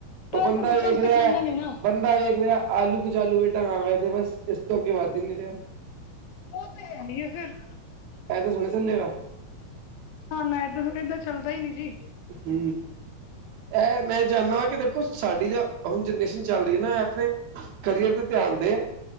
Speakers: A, on the left; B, on the right.
A: ਪਰ
B: ਉਹ ਬੰਦਾ
A: ਅੱਜ ਕੱਲ੍ਹ ਬੱਚਿਆਂ
B: ਵੇਖ
A: ਨੂੰ ਸਿਖਾਉਂਦਾ
B: ਰਿਹਾ,
A: ਨਹੀਂ ਨਾ
B: ਬੰਦਾ ਦਾ ਵੇਖ ਰਿਹਾ ਆਲੂ ਕਚਾਲੂ ਬੇਟਾ ਹਾਂ ਐ ਤੇ ਬਸ ਇਸ ਤੋਂ ਅੱਗੇ ਵੱਧ ਹੀ ਨੀ ਰਿਹਾ।
A: ਉਹ ਤੇ ਹੈ ਹੀ ਐ ਫਿਰ।
B: ਇਦਾਂ ਸੋਗੋ ਚੱਲੇ ਆ
A: ਹਾਂ ਨਾ ਏਦਾਂ ਚੱਲਦਾ ਹੀ ਨੀ ਜੀ
B: ਹੂ,,, ਇਹ ਮੈਂ ਚਾਹੁੰਦਾ ਕਿ ਦੇਖੋ ਸਾਡੀ ਜਾਂ ਹੁਣ ਜਨਰੇਸ਼ਨ ਚੱਲਦੀ ਹੈ ਨਾ ਆਪਣੇ ਕਰੀਅਰ ਤੇ ਧਿਆਨ ਦੇਨ,